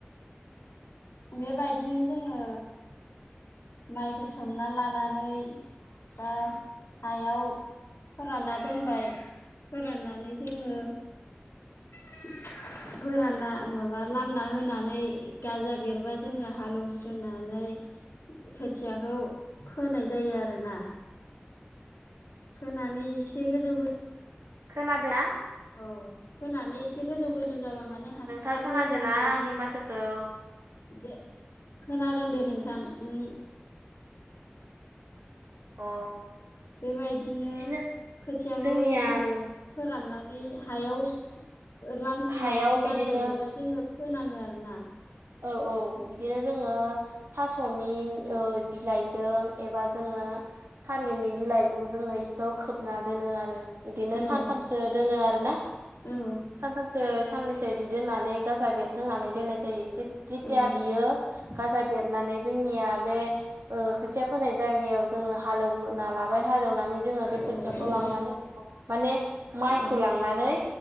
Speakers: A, on the left; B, on the right.
A: बेबायदिनो जोङो माइखौ सोमना लानानै बा हायाव फोरानना दोनबाय फोराननानै जोङो <inaudible> फोरानना माबा लामना होनानै गाजा बेरबा जोङो हालेवस्रोनानै खोथियाखौ फोनाय जायो आरोोना फोनानै एसे गोजौ गोजौ जाबा
B: खोनादोंा
A: औ फोनानै एसे गोजौ गोजौ जाबा माने हासार
B: नोंथां खोनादोंना
A: होनांगौ
B: आंनि
A: म
B: माथोखौ
A: दे खोनादों दे नोंथां नों
B: अ
A: बेबायदिनो
B: बिदिनो
A: खोथियाखौ
B: जोंनिया
A: जोङो फोराननानै हायाव लामस्रोनानै
B: हायाव बिदिनो
A: गाजा बेरबा जोङो फोनाङो आरो ना
B: औ औ बिदिनो जोङो थास'निओ बिलाइजों एबा जोङो थालिरनि बिलाइजों जोङो बेखौ खोबना दोनो आरो बिदिनो
A: औ
B: सानथामसो दोनो आरो ना
A: औ
B: सानथामसो साननैसो बिदि दोननानै गाजा बेर थोंनानै दोननाय जायो जेथिया
A: औ
B: बियो गाजा बेरनानै जोंनिया बे खोथिया फोनाय जायगायाव जोङो हालेवना लाबाय हालेवनानै जोङो बे
A: औ
B: खोथियाखौ लांनानै माने माइखौ
A: औ
B: लांनानै